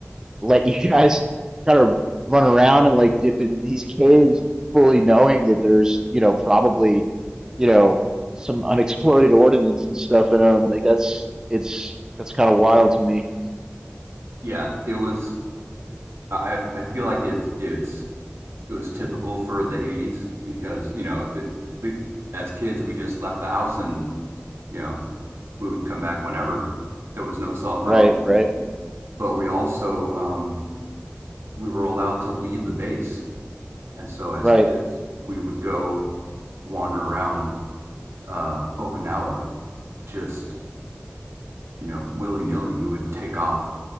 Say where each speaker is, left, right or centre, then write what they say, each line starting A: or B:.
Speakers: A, on the right (about 15°); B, on the right (about 80°).
A: let <laughs> you guys kind of run around and like dip into these caves fully knowing that there's, you know, probably, you know, some unexploded ordnance and stuff in them. Like that's it's that's kind of wild to me.
B: Yeah, it was. I I feel like it's it's it was typical for the 80s because you know it, the, as kids we just left the house and you know we would come back whenever there was no cell phones
A: Right, right,
B: and but we also um, we were allowed to leave the base, and so as
A: right,
B: kids, we would go wander around uh, Okinawa, just you know willy nilly. We would take off